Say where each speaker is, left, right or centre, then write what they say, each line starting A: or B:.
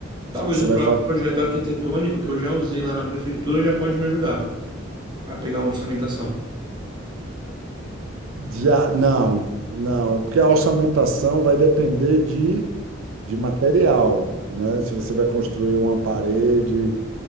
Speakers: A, on the right; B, on the right.
A: Talvez
B: Se você
A: o
B: vai
A: próprio
B: fazer
A: projeto arquitetônico que eu já usei lá na prefeitura já pode me ajudar a pegar uma orçamentação.
B: Já, não, não, porque a orçamentação vai depender de, de material, né? Se você vai construir uma parede